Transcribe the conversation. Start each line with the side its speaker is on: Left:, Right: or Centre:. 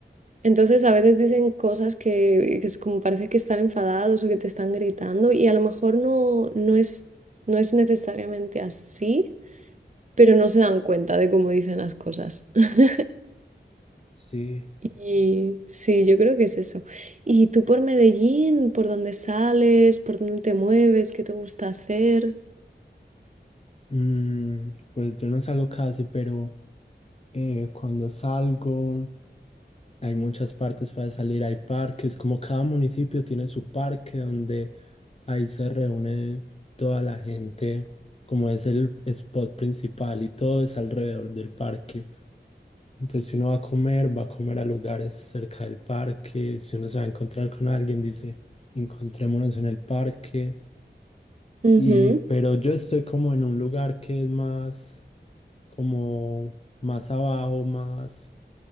Right: Entonces a veces dicen cosas que, que es como parece que están enfadados o que te están gritando y a lo mejor no, no es, no es necesariamente así, pero no se dan cuenta de cómo dicen las cosas. <laughs>
Left: Sí,
Right: Y sí, yo creo que es eso. ¿Y tú por Medellín, por dónde sales, por dónde te mueves, qué te gusta hacer?
Left: mm, pues yo no salgo casi, pero eh, cuando salgo... Hay muchas partes para salir, hay parques, como cada municipio tiene su parque donde ahí se reúne toda la gente, como es el spot principal y todo es alrededor del parque. Entonces, si uno va a comer, va a comer a lugares cerca del parque, si uno se va a encontrar con alguien, dice, encontrémonos en el parque.
Right: Ujú,
Left: Y, pero yo estoy como en un lugar que es más, como más abajo, más